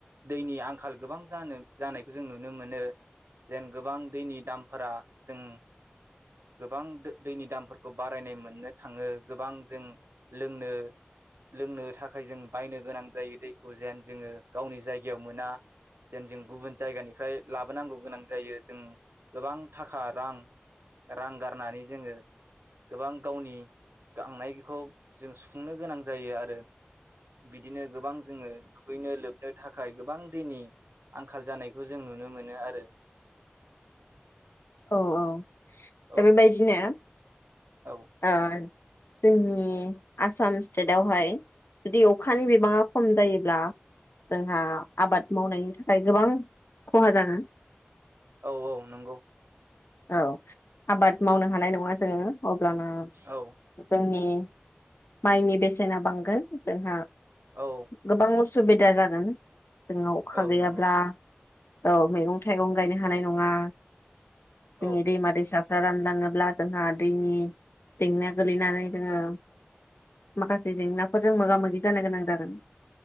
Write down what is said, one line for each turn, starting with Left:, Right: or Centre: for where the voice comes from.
Right: दैनि आंखाल गोबां जानो जानायखौ जों नुनो मोनो जों गोबां दैनि दामफोरा जों गोबां दैनि दामफोरखौ बारायनाय मोननो थाङो गोबां जों लोंनो लोंनो थाखाय जों बायनो गोनां जायो दैखौ जेन जोङो गावनि जायगायाव मोना जेन जों गुबुन जायगानिफ्राय लाबोनांगौ गोनां जायो जों गोबां थाखा रां रां गारनानै जोङो गोबां गावनि गांनायखौ जों सुफुंनो गोनां जायो आरो बिदिनो गोबां जोङो दुगैनो लोबनो थाखाय गोबां दैनि आंखाल जानायखौ जों नुनो मोनो आरो
Left: औ औ दा
Right: औ
Left: बेबायदिनो
Right: औ
Left: आ जोंनि आसाम स्टेटआवहाय जुदि अखानि बिबाङा खम जायोब्ला जोंहा आबाद मावनायनि थाखाय गोबां खहा जागोन
Right: औ औ नंगौ
Left: औ आबाद मावनो हानाय नङा जोङो अब्लाना
Right: औ
Left: जोंनि माइनि बेसेना बांगोन जोंहा
Right: औ
Left: गोबां असुबिद दा जागोन जोङो अखा
Right: औ
Left: गैयाब्ला
Right: नंगौ
Left: औ मैगं-थाइगं गायनो हानाय नङा जों
Right: औ
Left: दैमा-दैसा फो रा रानलाङोब्ला जोंहा दैनि जेंनाया गोलैनानै जोङो माखासे जेंनाफोरजों मोगा मोगि जानो गोनां जागोन।